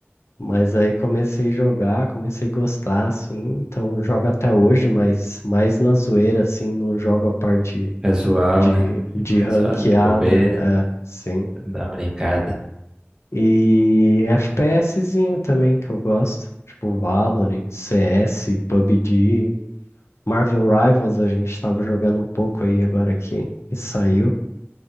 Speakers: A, on the left; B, on the right.
A: Mas aí comecei a jogar, comecei a gostar, assim, então eu jogo até hoje, mas mais na zoeira, assim, não jogo a parte
B: Casual,
A: de,
B: né?
A: de ranqueada,
B: Só de bobeira,
A: é, sim.
B: dar uma brincada.
A: E FPSzinho também que eu gosto, tipo Valorant, CS, PUBG, Marvel Rivals a gente tava jogando um pouco aí agora que, que saiu.